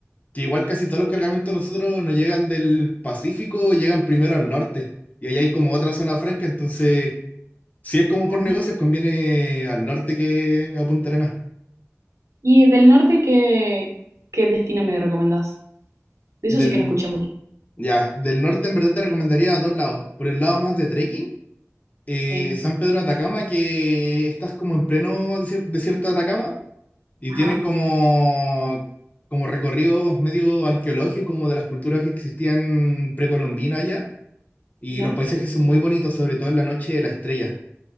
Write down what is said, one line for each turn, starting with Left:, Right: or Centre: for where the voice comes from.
Left: que igual casi todos los cargamentos nosotros nos llegan del Pacífico, llegan primero al norte. Y ahí hay como otra zona franca, entonces, si es como por
Right: ah.
Left: negocios, conviene al norte que a Punta Arenas.
Right: ¿Y del norte qué, qué destino me recomendás? De
Left: Del,
Right: eso sí que no escuché mucho.
Left: ya, del norte en verdad te recomendaría a dos lados. Por el lado más de trekking eh,
Right: Sí.
Left: San Pedro de Atacama, que estás como en pleno desier- desierto de Atacama y
Right: Ajá.
Left: tienen como, como recorridos medio arqueológicos, como de las culturas que existían precolombinas allá. Y
Right: Mira.
Left: los paisajes son muy bonitos, sobre todo en la noche de la estrella.